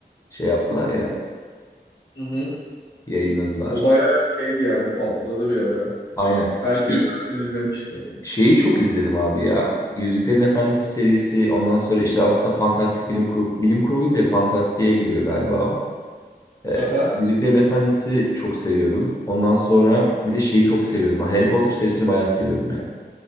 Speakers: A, on the left (about 20°); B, on the left (about 80°).
A: şey yaptılar ya,
B: Hı hı.
A: yayınladılar.
B: O bayağı şeydi yani patladı bir ara.
A: Aynen.
B: Herkes
A: Şey-
B: zaten izlemişti onu.
A: şeyi çok izledim abi ya. Yüzüklerin Efendisi serisi ondan sonra işte aslında fantastik bilim kurgu, bilim kurgu değil de fantastiğe giriyor galiba o. Ee,
B: Aha.
A: Yüzüklerin Efendisi çok seviyordum. Ondan sonra bir de şeyi çok seviyordum. Ha, Harry Potter serisini bayağı seviyordum yani.